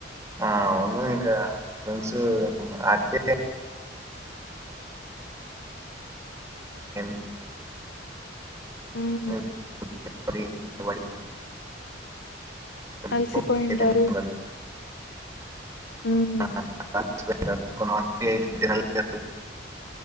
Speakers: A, on the right; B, on the left.
A: ఆ అవును ఇంకా ఫ్రెండ్స్ ఆటికే <unintelligible>
B: హ్మ్
A: మ్ <unintelligible> <unintelligible> వడి వడితో
B: అలసిపోయుంటారు
A: అయిపోయింది అందరికీ.
B: ఊం
A: ఆ, <unintelligible> అయితే తినాలనిపియదు